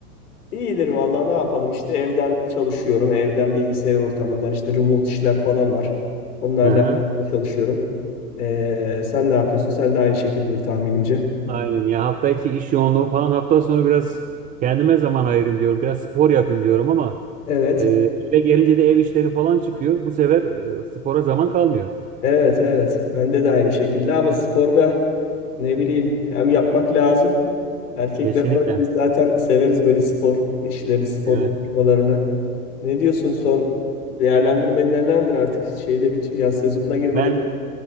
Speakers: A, on the left (about 70°); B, on the right (about 15°).
A: İyidir vallahi ne yapalım işte evden çalışıyorum. Evden bilgisayar ortamından işte remote işler falan var. Onlarla
B: Hı hı.
A: alakalı çalışıyorum. Ee, sen ne yapıyorsun? Sen de aynı şekildedir tahminimce.
B: Aynen ya hafta içi iş yoğunluğu falan hafta sonu biraz kendime zaman ayırayım diyorum. Biraz spor yapayım diyorum ama
A: Evet.
B: e, eve gelince de ev işleri falan çıkıyor. Bu sefer e, spora zaman kalmıyor.
A: Evet evet. Bende de aynı şekilde ama sporda ne bileyim hem yapmak lazım. Erkekler
B: Kesinlikle.
A: olarak biz zaten severiz böyle spor işlerini, spor
B: Evet.
A: konuşmalarını. Ne diyorsun son değerlendirmen nelerdir artık şeyde bir yaz sezonuna girmeden
B: Ben